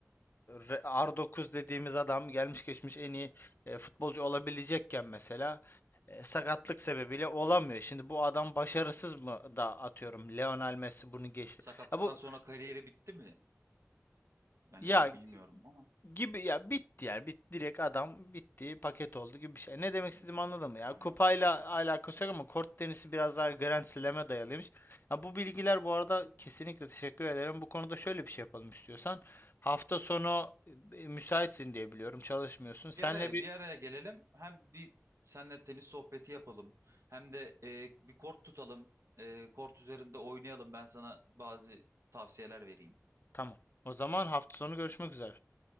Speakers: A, on the left (about 40°); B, on the right (about 60°).
A: Re- R9 dediğimiz adam gelmiş geçmiş en iyi e, futbolcu olabilecekken mesela e, sakatlık sebebiyle olamıyor. Şimdi bu adam başarısız mı da atıyorum Lionel Messi bunu geçti.
B: Sakatlıktan
A: Ya bu
B: sonra kariyeri bitti mi? Yani
A: ya
B: ben bilmiyorum ama.
A: gibi ya bitti yani bit direkt adam bitti paket oldu gibi bir şey. E, Ne demek
B: Hmm,
A: istediğimi anladın mı? Ya
B: anladım.
A: kupayla alakası yok ama kort tenisi biraz daha Grand Slam'e dayalıymış. Ya bu bilgiler bu arada kesinlikle teşekkür ederim. Bu konuda şöyle bir şey yapalım istiyorsan. Hafta sonu e, müsaitsin diye biliyorum. Çalışmıyorsun. Senle
B: Bir araya
A: bir
B: bir araya gelelim. Hem bir senle tenis sohbeti yapalım. Hem de e, bir kort tutalım. E, kort üzerinde oynayalım. Ben sana bazı tavsiyeler vereyim.
A: tamam. O zaman hafta sonu görüşmek üzere.